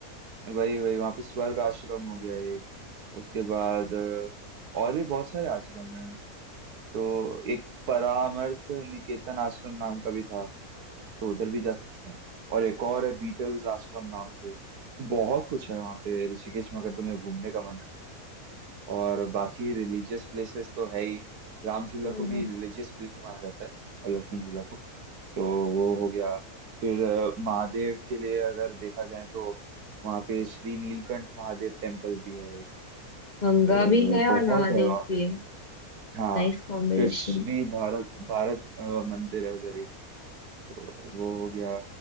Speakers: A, on the right (about 80°); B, on the left (about 35°).
A: वही वही वहाँ पे स्वर्ग आश्रम हो गया एक उसके बाद अ, और भी बहुत सारे आश्रम हैं तो एक परामर्थ निकेतन आश्रम नाम का भी था तो उधर भी जा सकते हैं और एक और है बीटल्स आश्रम नाम से बहुत कुछ है वहाँ पे ऋषिकेश में अगर तुम्हें घूमने का मन करे और बाकी रिलीजियस प्लेसेस तो है ही राम झूला
B: हाँ,
A: को भी रिलीजियस प्लेस ही माना जाता है और लक्ष्मण झूला को तो वो हो गया फिर अ, महादेव के लिए अगर देखा जाए तो वहाँ पे श्री नीलकंठ महादेव टेम्पल भी है एक।
B: गंगा
A: फिर
B: भी है
A: बहुत
B: और महादेव
A: है वहाँ
B: भी
A: पे
B: है
A: हाँ
B: Nice combination
A: फिर श्री भारत भारत अ, मंदिर है उधर एक तो वो हो गया